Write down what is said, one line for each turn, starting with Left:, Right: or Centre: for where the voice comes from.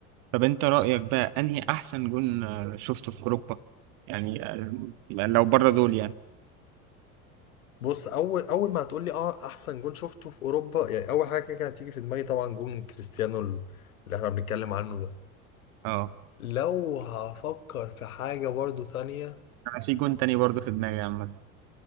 Right: طب انت رأيك بقى انهي احسن جون آه، شفته في اوروبا يعني آه، لو بره دول يعني
Left: بص أول أول ما هتقولي أه أحسن جون شفته في أوروبا يعني أول حاجة كده هتيجي في دماغي طبعا جون كريستيانو ال- اللي إحنا بنتكلم عنه ده
Right: اه
Left: لو هفكر في حاجة برضو تانية
Right: انا في جون تاني برضه في دماغي عامة